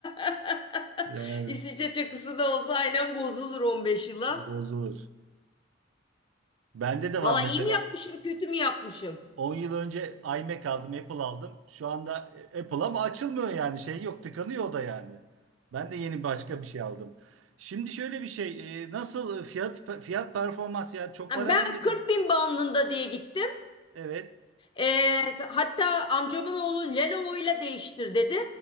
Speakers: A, on the left; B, on the right.
A: <laughs>
B: Yani
A: İsviçre çakısı da olsa aynen bozulur 15 yıla.
B: bozulur. Bende de
A: Valla
B: var mesela
A: iyi mi yapmışım, kötü mü yapmışım?
B: 10 yıl önce iMac aldım, Apple aldım. Şu anda e, Apple ama açılmıyor yani şey yok, tıkanıyor o da yani. Ben de yeni başka bir şey aldım. Şimdi şöyle bir şey, e, nasıl e, fiyat fiyat performans yani çok
A: Yani
B: para
A: Ben
B: vermedim.
A: 40 bin bandında diye gittim.
B: Evet.
A: Ee, hatta amcamın oğlu Lenovo ile değiştir dedi.